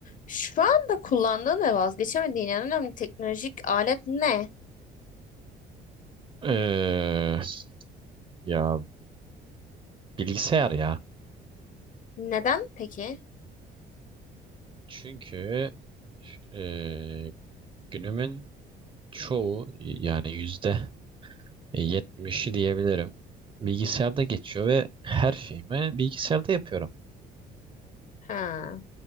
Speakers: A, on the left (about 50°); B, on the right (about 30°).
A: Şu anda kullandığın ve vazgeçemediğin en önemli teknolojik alet ne?
B: Ee, ya bilgisayar ya.
A: Neden peki?
B: Çünkü e, günümün çoğu yani yüzde yetmişi diyebilirim bilgisayarda geçiyor ve her şeyimi bilgisayarda yapıyorum.
A: Ha,